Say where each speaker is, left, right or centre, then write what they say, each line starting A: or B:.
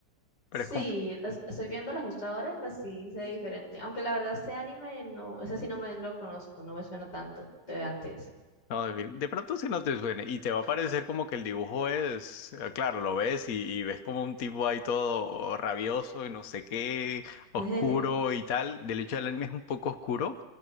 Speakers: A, on the left; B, on the left.
A: sí,
B: pero es, com-
A: las- estoy viéndola justo ahora y pues sí, se ve diferente. Aunque la verdad este anime no, ese sí no me lo conozco, no me suena tanto de antes.
B: No, de, de pronto si no te suene y te va a parecer como que el dibujo es, eh, claro, lo ves y, y ves como un tipo ahí todo rabioso y no sé qué, oscuro
A: <laughs>
B: y tal. Del hecho, el anime es un poco oscuro,